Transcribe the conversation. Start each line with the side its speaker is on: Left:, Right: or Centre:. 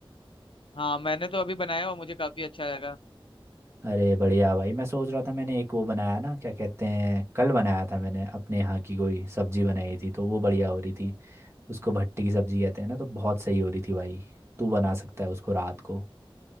Left: हाँ मैंने तो अभी बनाया और मुझे काफी अच्छा लगा
Right: अरे बढ़िया भाई मैं सोच रहा था मैंने एक वो बनाया ना क्या कहते हैं कल बनाया था मैंने अपने यहाँ की कोई सब्जी बनाई थी तो वो बढ़िया हो रही थी उसको भट्टी की सब्जी कहते हैं ना तो बहुत सही हो रही थी भाई तू बना सकता है उसको रात को